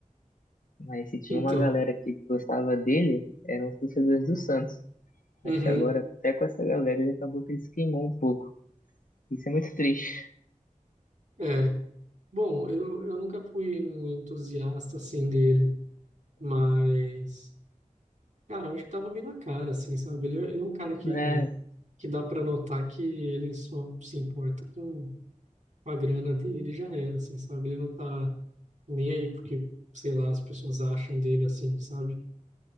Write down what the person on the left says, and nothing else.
Mas se tinha
uma galera que gostava dele, eram os torcedores do Santos.
Acho que agora, até com essa galera, ele acabou que ele se queimou um pouco. Isso é muito triste,
né?